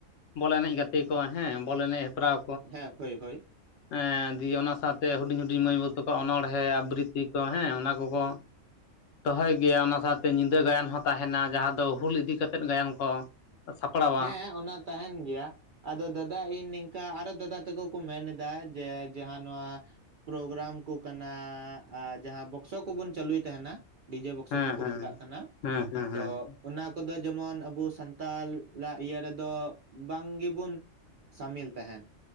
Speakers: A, on the left; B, on the right.
A: ᱵᱚᱞ ᱮᱱᱮᱡ ᱜᱟᱛᱮ ᱠᱚ ᱦᱮᱸ ᱵᱚᱞ ᱮᱱᱮᱡ ᱦᱮᱯᱨᱟᱣ
B: ᱦᱮᱸ ᱦᱳᱭ ᱦᱳᱭ
A: ᱮᱸ ᱫᱤᱭᱮ ᱚᱱᱟ ᱥᱟᱶᱛᱮ ᱦᱩᱰᱤᱧ ᱦᱩᱰᱤᱧ ᱢᱟᱹᱭ ᱵᱟᱹ ᱛᱟᱠᱣᱟ ᱚᱱᱚᱬᱦᱮᱸ ᱦᱮᱸ ᱟᱵᱨᱤᱛᱤ ᱠᱚ ᱦᱮᱸ ᱚᱱᱟ ᱠᱚᱠᱚ ᱫᱚᱦᱚᱭ ᱜᱮᱭᱟ ᱚᱱᱟ ᱥᱟᱶᱛᱮ ᱧᱤᱫᱟᱹ ᱜᱟᱭᱟᱱ ᱦᱚᱸ ᱛᱟᱦᱮᱱᱟ ᱡᱟᱦᱟᱸ ᱫᱚ ᱦᱩᱞ ᱤᱫᱤ ᱠᱟᱛᱮᱫ ᱜᱟᱭᱟᱱ ᱠᱚ᱾ ᱥᱟᱯᱲᱟᱣ
B: ᱦᱮᱸ ᱚᱱᱟ ᱛᱟᱦᱮᱱ ᱜᱮᱭᱟ᱾ ᱟᱫᱚ ᱫᱟᱫᱟ ᱤᱧ ᱱᱤᱝᱠᱟ ᱟᱨᱚ ᱫᱟᱫᱟ ᱛᱟᱠᱚ ᱠᱚ ᱢᱮᱱ ᱮᱫᱟ ᱡᱮ ᱡᱟᱦᱟᱸ ᱱᱚᱣᱟ ᱯᱨᱳᱜᱨᱟᱢ ᱠᱚ ᱠᱟᱱᱟ ᱟ ᱡᱟᱦᱟᱸ ᱵᱚᱠᱥᱚ ᱠᱚᱵᱚᱱ ᱪᱟᱹᱞᱩᱭ ᱛᱟᱦᱮᱱᱟ᱾ ᱰᱤᱡᱮ ᱵᱚᱠᱥᱚ
A: ᱦᱮᱸ
B: ᱠᱚᱠᱚ
A: ᱦᱮᱸ
B: ᱢᱮᱛᱟᱜ ᱠᱟᱱᱟ
A: ᱦᱮᱸ ᱦᱮᱸ ᱦᱮᱸ
B: ᱛᱚ ᱚᱱᱟ ᱠᱚᱫᱚ ᱡᱮᱢᱚᱱ ᱟᱵᱚ ᱥᱟᱱᱛᱟᱞ ᱞᱟ ᱤᱭᱟᱹ ᱨᱮᱫᱚ ᱵᱟᱝ ᱜᱮᱵᱚᱱ ᱥᱟᱢᱤᱞ ᱛᱟᱦᱮᱱ᱾